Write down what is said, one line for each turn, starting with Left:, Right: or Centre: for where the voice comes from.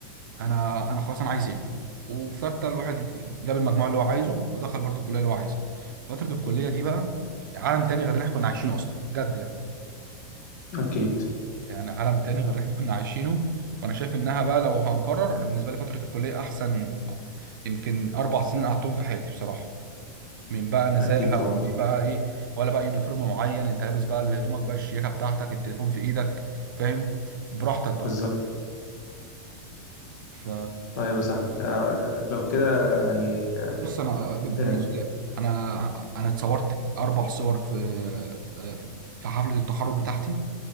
Right: انا انا خلاص انا عايز ايه وفي ثالثه الواحد جاب المجموع اللي هو عايزه ودخل برضه الكليه اللي هو عايزها فتره الكليه دي بقى عالم تاني غير اللي احنا كنا عايشينه اصلا بجد يعني
Left: أكيد
Right: يعني عالم تاني غير اللي احنا كنا عايشينه وانا شايف انها بقى لو هنكرر انا بالنسبه لي فتره الكليه احسن يمكن اربع سنين قعدتهم في حياتي بصراحه من بقى نزاهه
Left: أكيد طبعا
Right: ومن بقى ايه ولا بقى يونيفورم معين انت لابس بقى اللي هدومك بقى الشياكه بتاعتك التليفون في ايدك فاهم براحتك بقى
Left: بالظبط
Right: ف
Left: طيب يا صاحبي آه، لو كده يعني
Right: بص انا بالمناسبه
Left: آه،
Right: انا انا اتصورت اربع صور في في في حفله التخرج بتاعتي